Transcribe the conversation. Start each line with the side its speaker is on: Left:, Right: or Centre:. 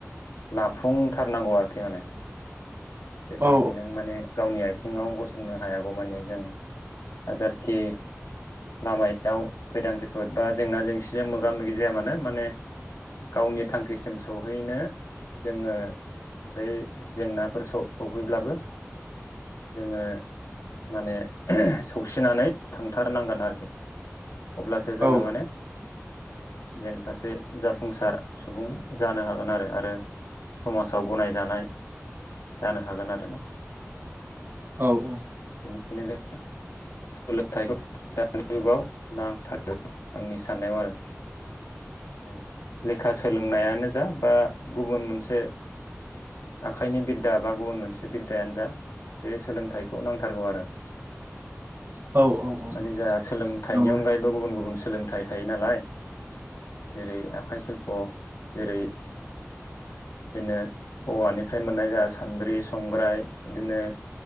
Left: लाफुंथारनांगौ आरोखि माने जेब्लाखि
Right: औ
Left: नों माने गावनि आथिङाव गस सोंनो हायागौ मानि जों हाजारखि लामायाव खैदां खैफोद बा जेंना जेंसिजों मोगा मोगि जाया मानो माने गावनि थांखिसिम सहैनो जोङो बे जेंनाफोर स सफैब्लाबो जोङो माने सौसिनानै थांथारनांगोन आरोखि। अब्लासो जोङो
Right: औ
Left: माने जों सासे जाफुंसार सुबुं जानो हागोन आरो आरो समाजाव गनायजानाय जानो हागोन आरोना।
Right: औ औ।
Left: बेनो जों सोलोंथाइखौ दानि जुगाव नांथारगौ आंनि साननायाव आरो। माने लेखा सोलोंनायानो जा बा गुबुन मोनसे आखाइनि बि दा बा गुबुन मोनसे बिद्दायानो जा बे सोलोंथाइखौ नांथारगौ आरो।
Right: औ औ औ।
Left: मानि जोंहा सोलोंथाइनि
Right: नंगौ
Left: अनगायैबो गुबुन गुबुन सोलोंथाइ थायो नालाय। जेरै आखाइ सिल्प' जेरै बिदिनो औवानिफ्राय मोननाय जोंहा सान्द्रि संग्राय बिदिनो